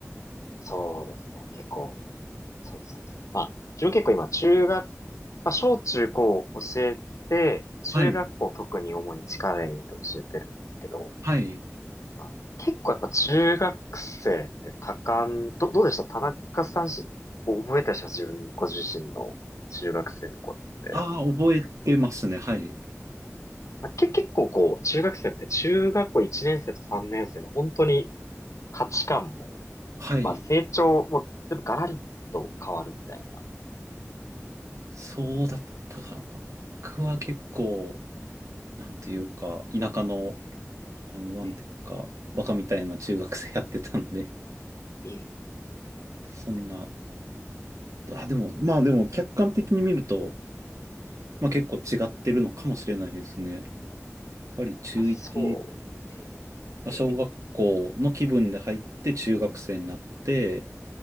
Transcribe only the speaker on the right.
はい、はい。
ああ、覚えてますね、はい。
はい。
そうだったかな。僕は結構、なんていうか、田舎の、あの、なんていうか、
バカみたいな中学生やってたんで、
そんな、あ、でも、まあでも、客観的に見ると、まあ結構違ってるのかもしれないですね。やっぱり中1、
まあ小学校の気分で入って中学生になって、